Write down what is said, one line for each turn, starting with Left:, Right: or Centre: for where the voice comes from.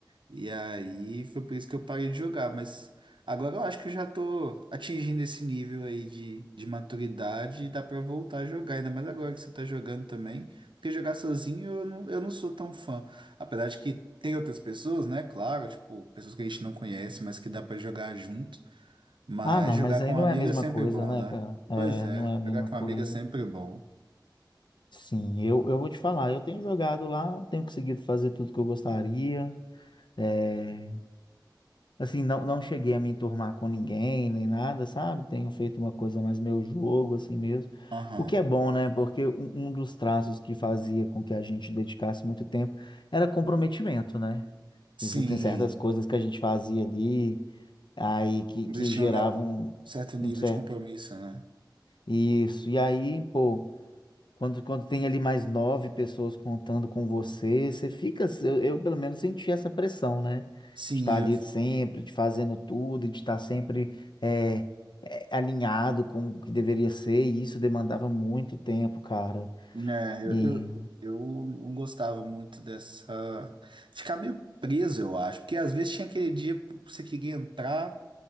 Right: E aí foi por isso que eu parei de jogar, mas agora eu acho que eu já tô atingindo esse nível aí de, de maturidade e dá pra voltar a jogar, ainda mais agora que você tá jogando também, porque jogar sozinho eu não, eu não sou tão fã. Apesar de que tem outras pessoas, né? Claro, tipo, pessoas que a gente não conhece, mas que dá pra jogar junto. Mas
Left: Ah, não,
Right: jogar
Left: mas aí
Right: com um
Left: não
Right: amigo
Left: é a mesma
Right: é sempre
Left: coisa,
Right: bom,
Left: né,
Right: né?
Left: cara? É,
Right: Pois é,
Left: não é a mesma
Right: jogar com
Left: coisa.
Right: um amigo é sempre bom.
Left: Sim, eu, eu vou te falar, eu tenho jogado lá, tenho conseguido fazer tudo que eu gostaria. É, assim, não, não cheguei a me enturmar com ninguém, nem nada, sabe? Tenho feito uma coisa mais meu jogo, assim mesmo.
Right: Aham.
Left: O que é bom, né? Porque um, um dos traços que fazia com que a gente dedicasse muito tempo era comprometimento, né?
Right: Sim,
Left: Existem certas coisas que a gente fazia ali, aí que,
Right: existia
Left: que geravam
Right: um, né, um certo nível
Left: um, um certo.
Right: de compromisso, né?
Left: Isso. E aí, pô. Quando, quando tem ali mais nove pessoas contando com você, você fica, eu, eu, pelo menos senti essa pressão, né?
Right: Sim,
Left: De estar ali
Right: eu
Left: sempre, de fazendo tudo, de estar sempre é, é, alinhado com o que deveria ser, e isso demandava muito tempo, cara.
Right: né, eu,
Left: E
Right: eu, eu não gostava muito dessa. Ficar meio preso, eu acho, porque às vezes tinha aquele dia que você queria entrar